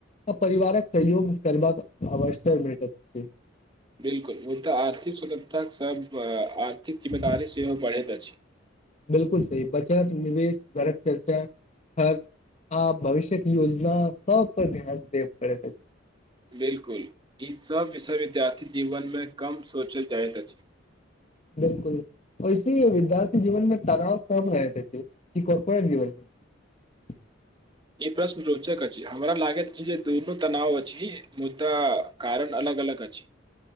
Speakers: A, on the left; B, on the right.
A: परिवारक सहयोग करबाक अवसर भेटत।
B: बिलकुल ओ तऽ आर्थिक स्वतंता सब। <unintelligible>
A: <unintelligible>
B: सेहो बढ़ैत अछि
A: बिलकुल सी बचत निवेश। भर चर्चा खर्च आ भविष्य योजना सब पर ध्यान दे पड़।
B: बिलकुल ई सब विषय विद्यार्थी जीवन मे कम सोचल जाइत अछि।
A: बिलकुल, ओहिसे विद्यार्थी जीवन मे तनाव कम भ जाइत हेतै कि करपोरेट जीवन मे
B: इ प्रश्न रोचक अछि, हमरा लागैत छै जे दुनु तनाव अछिये, मुदा कारण अलग अलग अछि।